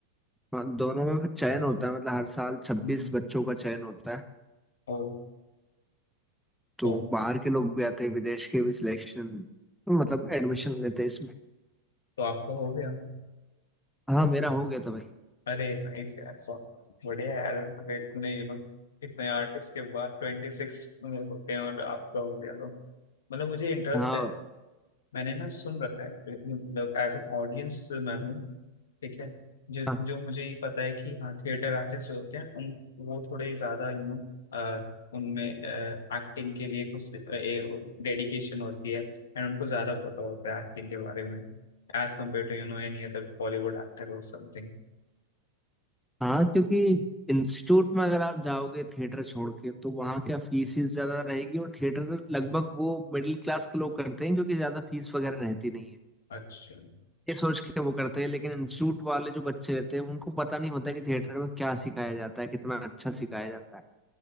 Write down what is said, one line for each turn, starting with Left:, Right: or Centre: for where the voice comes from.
Centre: हाँ, दोनों में फिर चयन होता है मतलब हर साल छब्बीस
Left: हम्म,
Centre: बच्चों का चयन होता है
Left: ओ
Centre: तो
Left: तो
Centre: बाहर के लोग भी आते हैं विदेश के भी सिलेक्शन मतलब एडमिशन लेते हैं इसमें
Left: तो आपको हो गया
Centre: हाँ मेरा हो गया था भाई
Left: अरे नाइस यार तो बढ़िया यार अगर इतने यू नो इतने आर्टिस्ट के बाद ट्वेंटी सिक्स होते हैं और आपका हो गया तो मतलब मुझे इंटरेस्ट
Centre: हाँ
Left: है मैंने ना सुन रखा है मतलब एज एन ऑडियंस मैं हूँ ठीक है जो
Centre: हाँ
Left: जो मुझे ये पता है कि हाँ थिएटर आर्टिस्ट जो होते हैं उन वो थोड़े ज्यादा यू नो उनमें एक्टिंग के लिए कुछ डेडिकेशन होती है एंड उनको ज्यादा पता होता है एक्टिंग के बारे में as compare to you know any other Bollywood actor और समथिंग
Centre: हाँ क्योंकि इंस्टीट्यूट में अगर आप जाओगे थिएटर छोड़ के तो वहाँ क्या फीस ही ज्यादा रहेगी और थिएटर लगभग वो मिडिल क्लास के लोग करते हैं क्योंकि ज्यादा फीस वगैरह रहती नहीं है
Left: अच्छा
Centre: ये सोच के वो करते हैं लेकिन इंस्टीट्यूट वाले जो बच्चे रहते हैं उनको पता नहीं होता कि थिएटर में क्या सिखाया जाता है कितना अच्छा सिखाया जाता है